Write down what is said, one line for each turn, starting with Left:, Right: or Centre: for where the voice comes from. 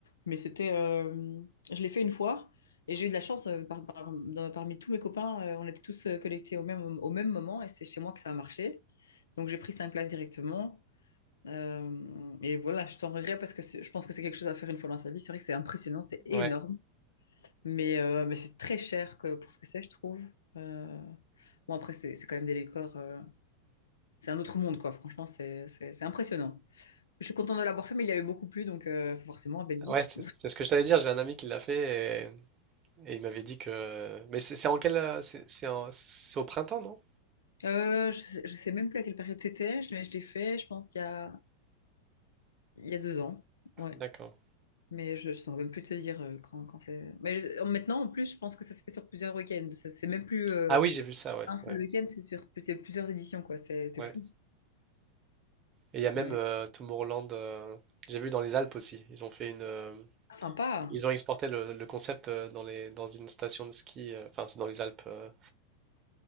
Left: Mais c'était. euh, je l'ai fait une fois et j'ai eu de la chance euh, par- par- dans- parmi tous mes copains. euh, on était tous euh, connectés au même, au même moment et c'est chez moi que ça a marché. Donc j'ai pris cinq places directement. Euh, et voilà, je t'en regrette parce que c'est- je pense que c'est quelque chose à faire une fois dans sa vie. C'est vrai que c'est impressionnant, c'est énorme.
Right: Ouais.
Left: Mais, euh, mais c'est très cher que- pour ce que c'est, je trouve. Euh, Bon, après, c'est c'est quand même des décors. euh, C'est un autre monde, quoi. Franchement, c'est c'est- c'est impressionnant. Je suis contente de l'avoir fait, mais il y avait beaucoup plus, donc euh, forcément, à Belgique.
Right: Ouais, c'est c'est ce que je t'allais dire. J'ai un ami qui l'a fait et, et il m'avait dit que. Mais c'est c'est en quel. euh, C'est c'est en- c'est au printemps, non?
Left: Euh, je sais, je sais même plus à quelle période c'était, je, l'ai- je l'ai fait, je pense, il y a, il y a deux ans. Ouais.
Right: D'accord.
Left: Mais je ne saurais même plus te dire euh, quand, quand c'est. Mais je- maintenant, en plus, je pense que ça se fait sur plusieurs week-ends. Ça- C'est même plus euh,
Right: Ah oui, j'ai vu ça, ouais.
Left: un
Right: Ouais.
Left: seul week-end, c'est sur plus- c'est plusieurs éditions, quoi. C'est c'est
Right: ouais.
Left: fou.
Right: Et il y a même
Left: Mais
Right: euh, Tomorrowland. euh, J'ai vu dans les Alpes aussi. Ils ont fait une. euh,
Left: ah, sympa.
Right: Ils ont exporté le, le concept euh, dans les, dans une station de ski. euh, Enfin, c'est dans les Alpes. euh,